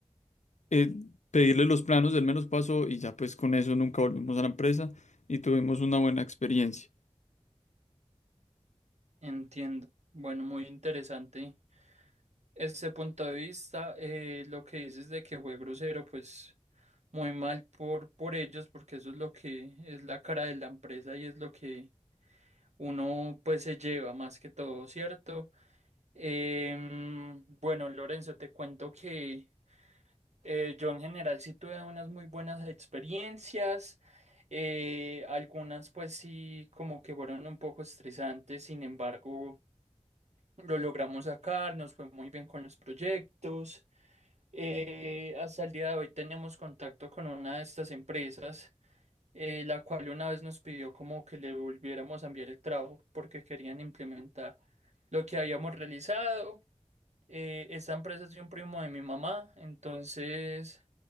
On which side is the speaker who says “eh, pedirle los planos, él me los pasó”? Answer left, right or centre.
Left